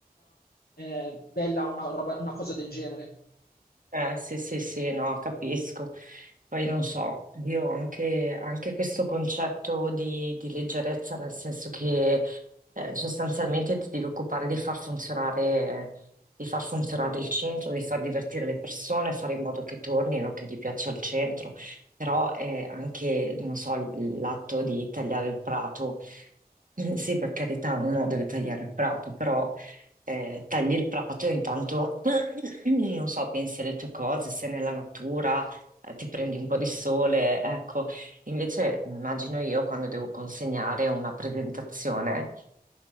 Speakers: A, on the left; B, on the right.
A: ehm, bella una roba una cosa del genere.
B: Eh, sì, sì, sì, no, capisco. Poi non so, io ho anche, anche questo concetto di, di leggerezza, nel senso che eh, sostanzialmente ti devi occupare di far funzionare, di far funzionare il centro, di far divertire le persone, fare in modo che tornino, che gli piaccia il centro, però è anche, non so, l'atto di tagliare il prato. <clears throat> Eh, Sì, per carità, uno deve tagliare il prato, però eh, tagli il prato e intanto <clears throat> non so, pensi alle tue cose, sei nella natura, eh, ti prendi un po' di sole, ecco. Invece immagino io quando devo consegnare una presentazione